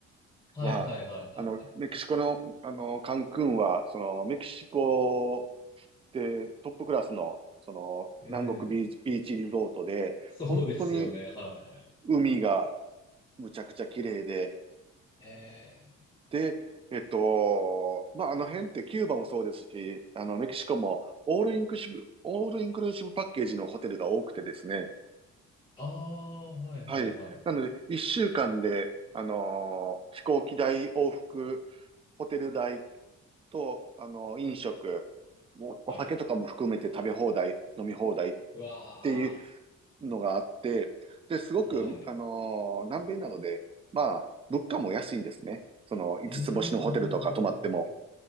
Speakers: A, on the left; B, on the right.
A: はいはいはいはいはい。
B: は、あの、メキシコの、あの、カンクンは、その、メキシコでトップクラスの、その、
A: うん。
B: 南国ビーチ、ビーチリゾートで、
A: そうですよね。
B: 本当に
A: はいはい。
B: 海がむちゃくちゃ綺麗で、
A: ええ。
B: で、えっと、まあ、あの辺ってキューバもそうですし、あの、メキシコもオールインクルーシブ、オールインクルーシブパッケージのホテルが多くてですね。
A: ああ、はいはいはい。
B: はい。なので、一週間で、あのー飛行機代、往復、ホテル代と、あのー飲食、もお酒とかも含めて食べ放題、
A: はい。
B: 飲み放題っ
A: うわあ、
B: ていうのがあって、で、すごく、
A: はい。
B: あのー南米なので、まあ、物価も安いんですね。その、五つ星のホテルとか泊まっても。
A: うん、うん、うん、うん。